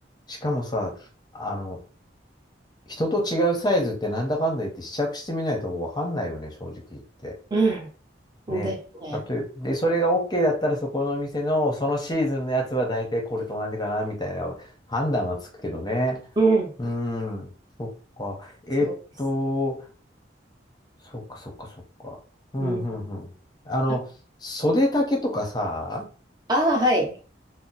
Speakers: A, on the left (about 20°); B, on the right (about 20°).
A: しかもさ、あの、人と違うサイズってなんだかんだ言って試着してみないとわかんないよね、正直言って。
B: んうん。
A: ね。
B: ですね。
A: 例えば、で、それが OK だったらそこのお店のそのシーズンのやつは大体これと同じかな、みたいな判断はつくけどね。
B: うん。
A: うーん。そっか。えっと、
B: そうです。
A: そっかそっかそっか。うんうんうん。
B: うん。
A: あの、
B: あ、
A: 袖丈とかさ、
B: あー、はい。